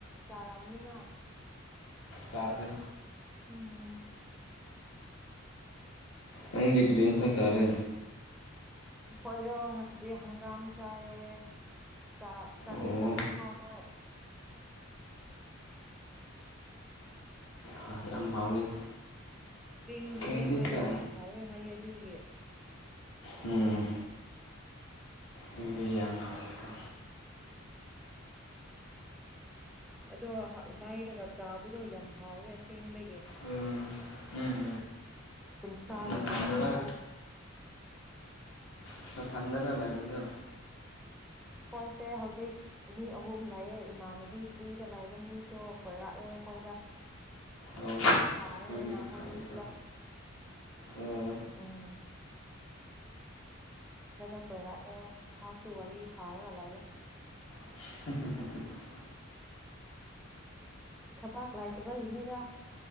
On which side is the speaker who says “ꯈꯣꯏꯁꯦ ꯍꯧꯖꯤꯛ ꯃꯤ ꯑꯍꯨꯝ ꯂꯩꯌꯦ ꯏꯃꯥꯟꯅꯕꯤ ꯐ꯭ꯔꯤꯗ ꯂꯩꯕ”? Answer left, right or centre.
Centre